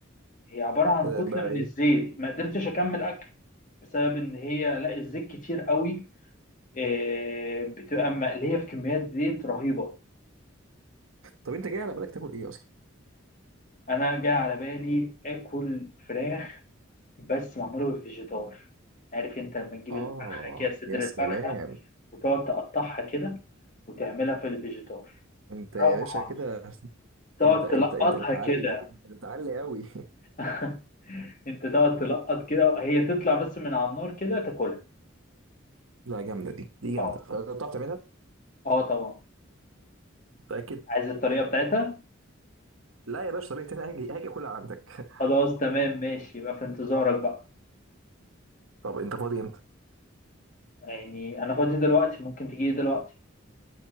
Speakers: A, on the left; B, on the right.
A: هي عبارة عن
B: بدأت
A: كتلة
B: بقى
A: من
B: ايه
A: الزيت ما قدرتش أكمل أكل بسبب إن هي لا الزيت كتير قوي آه، بتبقى مقلية في كميات زيت رهيبة
B: طب انت جاي على بالك تاكل ايه اصلا
A: أنا جاي على بالي آكل فراخ بس معمولة بالفيجيتار عارف أنت لما تجيب
B: اه
A: الفرخة كده صدر
B: يا سلام
A: الفرخة وتقعد تقطعها كده وتعملها في الفيجيتار
B: انت يا
A: روعة
B: باشا كده
A: تقعد
B: انت انت
A: تلقطها
B: انت بتعلي
A: كده
B: انت بتعلي قوي
A: <laughs> أنت تقعد تلقط كده هي تطلع بس من على النار كده تاكلها
B: <laughs> لا جامده دي دي جامده
A: أه
B: طب بتعرف تعملها
A: أه طبعا
B: متاكد
A: عايز الطريقة بتاعتها
B: لا يا باشا طريقتي انا هاجي هاجي اكلها عندك
A: خلاص تمام ماشي يبقى في انتظارك بقى
B: <laughs> طب انت فاضي امتى
A: يعني انا فاضي دلوقتي ممكن تجيلي دلوقتي